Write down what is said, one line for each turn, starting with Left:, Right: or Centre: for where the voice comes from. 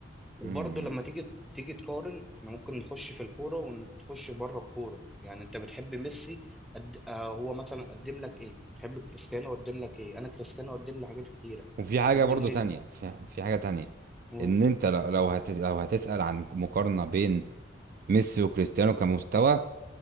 Centre: وبرضه
Right: امم
Centre: لما تيجي تيجي تقارن احنا ممكن نخش في الكورة ونخش بره الكورة يعني انت بتحب ميسي قد... آه هو مثلا قدم لك ايه تحب كريستيانو قدم لك ايه انا كريستيانو قدم لي حاجات كتيرة
Right: وفي حاجة
Centre: قدم
Right: برضو
Centre: لي
Right: تانية في في حاجة تانية
Centre: ال-
Right: ان انت لو لو هت... لو هتسأل عن مقارنة بين ميسي وكريستيانو كمستوى